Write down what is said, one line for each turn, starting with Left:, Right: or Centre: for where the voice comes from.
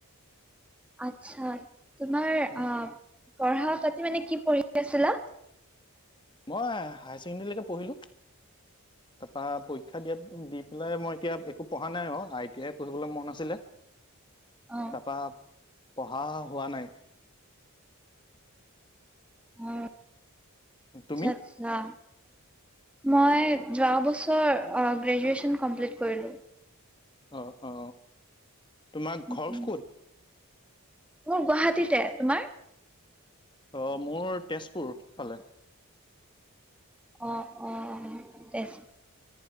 Centre: আচ্ছা, তোমাৰ
Left: উ
Centre: আহ পঢ়া পাতি মানে কি পঢ়ি আছিলা?
Left: মই হায়ছেকণ্ডৰীলৈকে পঢ়িলোঁ।
Centre: <unintelligible>
Left: তাৰপা পৰীক্ষা দিয়া দি পেলাই মই এতিয়া একো পঢ়া নাই অ আই টি আই পঢ়িবলৈ মন আছিলে।
Centre: অ।
Left: তাপা পঢ়া হোৱা নাই।
Centre: অ
Left: তুমি
Centre: আচ্ছা। মই যোৱা বছৰ গ্ৰেজুৱেচন কমপ্লিট কৰিলো।
Left: অ অ তোমাৰ
Centre: উম,
Left: ঘৰ ক'ত?
Centre: মোৰ গুৱাহাটীতে, তোমাৰ?
Left: অঁ মোৰ তেজপুৰ ফালে।
Centre: অ অ তেজ